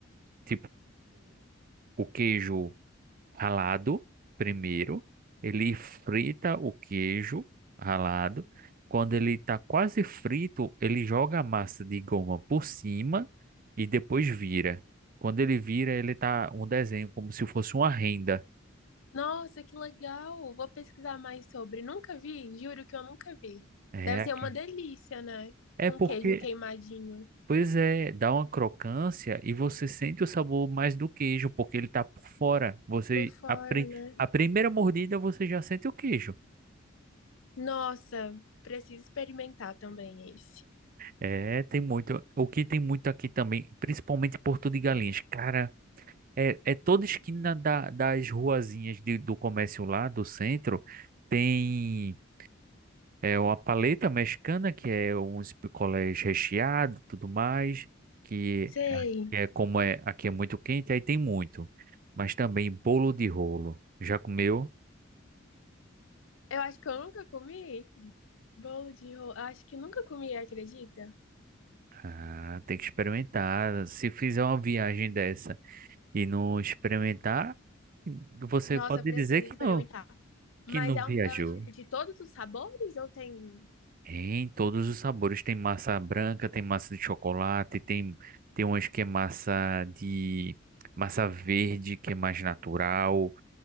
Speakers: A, on the right; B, on the left.
A: tipo, o queijo. ralado primeiro, ele frita o queijo ralado. Quando ele está quase frito, ele joga a massa de goma por cima e depois vira. Quando ele vira, ele tá um desenho como se fosse uma renda.
B: Nossa, que legal. Vou pesquisar mais sobre. Nunca vi, juro que eu nunca vi.
A: É
B: Deve
A: aqui.
B: ser uma delícia, né?
A: É
B: Com
A: porque,
B: queijo queimadinho.
A: pois é, dá uma crocância e você sente o sabor mais do queijo, porque ele tá por fora. Você
B: Por fora,
A: a, pri-
B: né?
A: a primeira mordida você já sente o queijo.
B: Nossa, preciso experimentar também esse.
A: É, tem muito. O que tem muito aqui também, principalmente em Porto de Galinhas, cara, é, é toda esquina da- das ruazinhas de- do comércio lá, do centro, tem é, uma paleta mexicana, que é uns picolés recheados, tudo mais, que
B: Sei.
A: é, é como é, aqui é muito quente, aí tem muito. Mas também bolo de rolo. Já comeu?
B: Eu acho que eu nunca comi bolo de rolo. acho que nunca comi, acredita?
A: Ah, tem que experimentar. Se fizer uma viagem dessa e não experimentar, você
B: Nossa,
A: pode
B: preciso
A: dizer que
B: experimentar.
A: não. que
B: Mas
A: não
B: é,
A: viajou.
B: um, é um, tipo de todos os sabores ou tem. um?
A: Em todos os sabores. Tem massa branca, tem massa de chocolate, tem, tem umas que é massa de. Massa verde, que é mais natural.